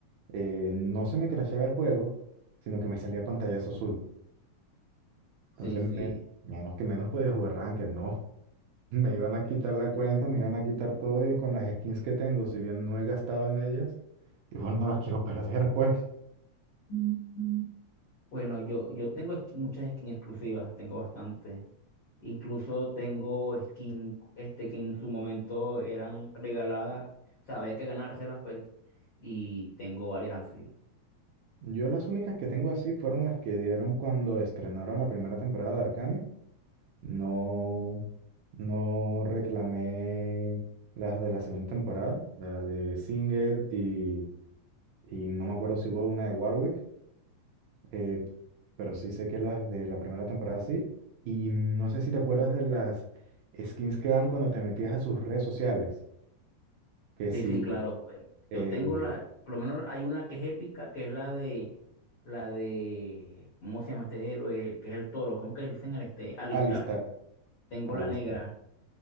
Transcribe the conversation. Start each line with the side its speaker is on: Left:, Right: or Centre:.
Right: eh, no se me crasheaba el juego, sino que me salía pantallazo azul. Entonces,
Left: Sí, sí.
Right: men- menos que menos podía jugar Ranked, no. <laughs> Me iban a quitar la cuenta, me iban a quitar todo y con las skins que tengo, si bien no he gastado en ellas, igual no las quiero <laughs> perder, pues.
Left: Ujú. Bueno, yo, yo tengo esqui- muchas skins exclusivas, tengo bastante. Incluso tengo skins este, que en su momento eran regaladas, o sea, había que ganárselas, pues, y tengo varias así.
Right: Yo las únicas que tengo así fueron las que dieron cuando estrenaron la primera temporada de Arcane. No, no reclamé las de la segunda temporada, la de Singed y, y no me acuerdo si hubo una de Warwick. eh, pero sí sé que las de la primera temporada sí. Y no sé si te acuerdas de las skins que dan cuando te metías a sus redes sociales. Que si
Left: Sí, sí, claro. pues,
Right: eh,
Left: Yo tengo la, por lo menos hay una que es épica, que es la de, la de, ¿cómo se llama este héroe? Que es el toro, ¿cómo que dicen el este? Alistar.
Right: Alistar,
Left: Tengo
Right: Alistar.
Left: la negra.